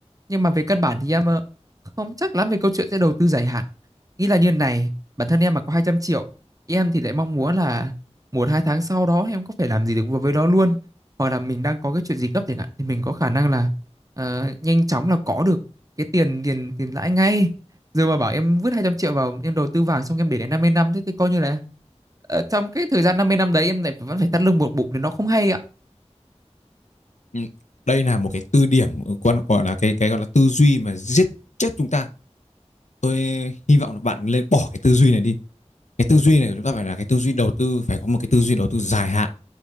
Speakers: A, on the right; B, on the left.
A: nhưng mà về căn bản thì em ờ, không chắc lắm về câu chuyện sẽ đầu tư dài hạn nghĩ là như này bản thân em mà có 200 triệu em thì lại mong muốn là một hai tháng sau đó em có thể làm gì được với nó luôn hoặc là mình đang có cái chuyện gì gấp chẳng hạn thì mình có khả năng là ờ, nhanh chóng là có được cái tiền tiền tiền lãi ngay Giờ mà bảo em vứt 200 triệu vào em đầu tư vàng xong em để đến 50 năm thế thì coi như là ờ, trong cái thời gian 50 năm đấy em lại vẫn phải thắt lưng buộc bụng thì nó không hay ạ.
B: Ừ. Đây là một cái tư điểm ừ, quan gọi là cái cái gọi là tư duy mà giết chết chúng ta. Tôi hy vọng là bạn nên bỏ cái tư duy này đi. Cái tư duy này của chúng ta phải là cái tư duy đầu tư, phải có một cái tư duy đầu tư dài hạn.